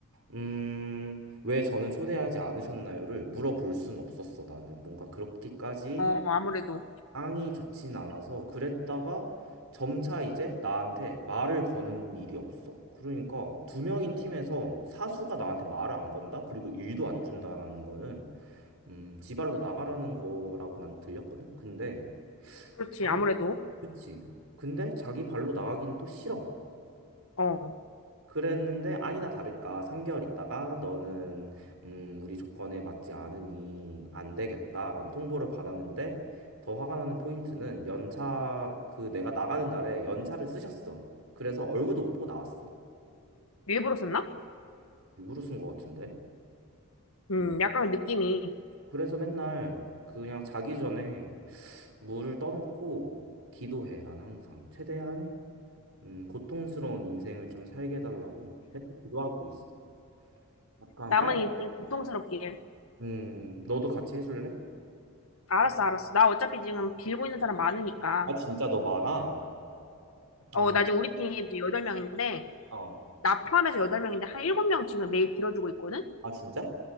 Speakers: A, on the right; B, on the left.
A: 음, 왜 저는 초대하지 않으셨나요를 물어볼 순 없었어, 나는. 뭔가 그렇게까지
B: 어. 아무래도
A: 앙이 좋진 않아서 그랬다가 점차 이제 나한테 말을 거는 일이 없어. 그러니까 두 명인 팀에서 사수가 나한테 말을 안 건다? 그리고 일도 안 준다라는 거는 음, 지발로 나가라는 거라고 난 들렸거든. 근데
B: 그렇지.
A: 자기
B: 아무래도
A: 그치. 근데 자기 발로 나가긴 또 싫어.
B: 어.
A: 그랬는데 아니나 다를까 3개월 있다가 너는 음, 우리 조건에 맞지 않으니 안 되겠다라는 통보를 받았는데 더 화가 나는 포인트는 연차 그 내가 나가는 날에 연차를 쓰셨어. 그래서 얼굴도 못 보고 나왔어.
B: 일부러 썼나?
A: 일부러 쓴 것 같은데.
B: 음,
A: 몰라.
B: 약간 느낌이
A: 그래서 맨날 그냥 자기 전에 물을 떠놓고 기도해. 난 항상 최대한 음, 고통스러운 인생을 좀 살게 해달라고 맨날 기도하고 있어. 약간
B: 남은
A: 빨간색.
B: 인생 고통스럽길.
A: 음, 너도 같이 해줄래?
B: 알았어, 알았어. 나 어차피 지금 빌고 있는 사람 많으니까.
A: 아, 진짜 너 많아?
B: 어,
A: 아,
B: 나 지금 우리 팀 이제 8명인데,
A: 어.
B: 나 포함해서 8명인데, 한 7명 지금 매일 빌어주고 있거든?
A: 아, 진짜?